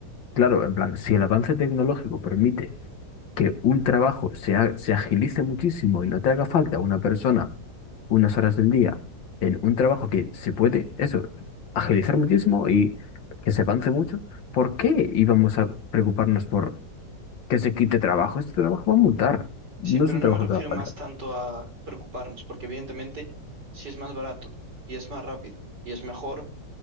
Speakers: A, on the left; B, on the right.
A: claro, en plan, si el avance tecnológico permite que un trabajo se, ha- se agilice muchísimo y no te haga falta una persona unas horas del día en un trabajo que se puede, eso, agilizar muchísimo y que se avance mucho, ¿por qué íbamos a preocuparnos por que se quite trabajo? Este trabajo va a mutar, no
B: Sí, pero
A: es un
B: no
A: trabajo
B: me refiero
A: que haga falta.
B: más tanto a preocuparnos, porque evidentemente si es más barato y es más rápido y es mejor,